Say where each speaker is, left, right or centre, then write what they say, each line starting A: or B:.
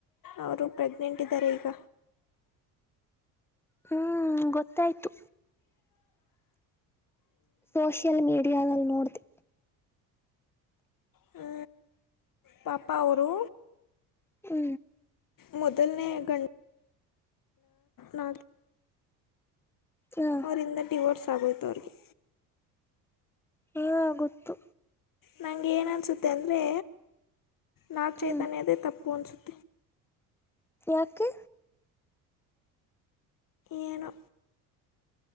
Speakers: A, on the left; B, in the centre.
A: ಅವರು ಪ್ರೆಗ್ನೆಂಟ್ ಇದ್ದರೆ ಈಗ
B: ಹೂ ಗೊತ್ತಾಯ್ತು ಸೋಷಿಯಲ್ ಮೀಡಿಯಾದಲ್ಲಿ ನೋಡ್ದೆ
A: ಹೂ ಪಾಪ ಅವರು
B: ಹೂ
A: ಮೊದಲನ ಗಂಡ ನಾ
B: ಹಾ
A: ಅವರಿಂದ ಡಿವೈಡ್ಸ್ ಆಗೋಯ್ತ್ ಅವರಿಗೆ
B: ಹಾ ಗೊತ್ತು
A: ನನೇನು ಅನಿಸುತ್ತೆ ಅಂದರೆ ನಾಡ್
B: ಹ್ಮ್
A: ಚೈತನ್ಯದೇ ತಪ್ಪು ಅನಿಸುತ್ತೆ
B: ಯಾಕ್ಕೆ
A: ಏನೋ